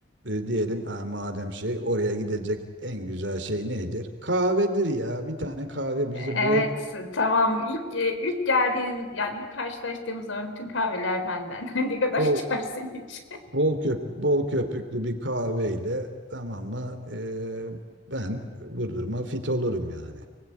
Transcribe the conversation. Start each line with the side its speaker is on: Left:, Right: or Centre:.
Right: e, diyelim ha, madem şey oraya gidecek en güzel şey nedir? Kahvedir ya. Bir tane kahve bizi
Left: Evet,
Right: bol
Left: tamam. İlk e, ilk geldiğimiz yani ilk karşılaştığımız zaman bütün kahveler benden. <laughs> Ne kadar
Right: bol
Left: içersin hiç?
Right: Bol köp bol köpüklü bir kahveyle tamam mı? Ee, ben vurdurma fit olurum yani.